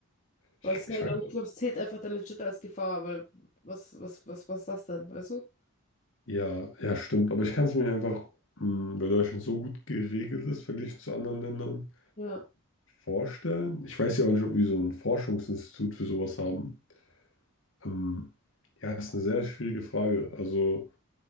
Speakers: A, on the left; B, on the left.
A: Ich,
B: Weil es, glaub
A: ich
B: ich
A: weiß.
B: glaube, es zählt einfach dann legit als Gefahr, weil was, was, was, was ist das denn, weißt du?
A: Ja, ja, stimmt, aber ich kann es mir einfach, mh, weil Deutschland so gut geregelt ist, verglichen zu anderen Ländern.
B: Ja.
A: vorstellen. Ich weiß ja auch nicht, ob wir so ein Forschungsinstitut für sowas haben. Ähm, ja, ist eine sehr schwierige Frage. Also,